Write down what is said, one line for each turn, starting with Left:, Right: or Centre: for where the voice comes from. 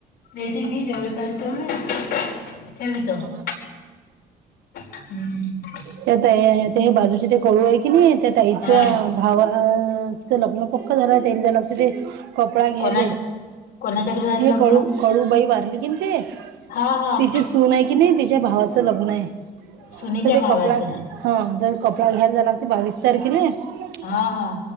Left: भेटीतली जेवढे पा तेवढी ठेव इथं <inaudible>
Right: <inaudible>
Left: हम्म.
Right: त्या ताई बाजूचे ते कळू आहे की नाही त्यांच्या
Left: हा
Right: भावाच लग्न पक्क झाल त्याच ते कपडा घ्यायले.
Left: कोणा कोणाच्याकडे झालं
Right: हे
Left: लग्न
Right: कळू कळूबाई वारली की नाही ते
Left: हा हा
Right: तिची सून आहे किनय तिच्या भावा च लग्न आहे
Left: सुनीच्या
Right: तर ते
Left: भावाचं
Right: कपडा
Left: आहे.
Right: हे ते कपडा घायला जा बावीस तारखेला आहे.
Left: हां हां